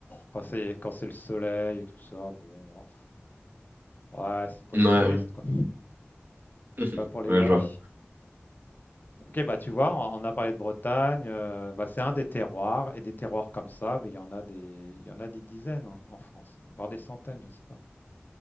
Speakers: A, on the left (about 45°); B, on the right (about 50°).
A: quand c'est quand c'est le soleil et tout ça. Bon, ouais, c'est pour
B: Ouais,
A: les touristes quoi.
B: <laughs>
A: C'est pas pour les
B: ouais,
A: vrais.
B: je vois.
A: Ok, bah tu vois, on on a parlé de Bretagne, euh, bah, c'est un des terroirs, et des terroirs comme ça, mais il y en a des, il y en a des dizaines hein, en France, voire des centaines, je sais pas.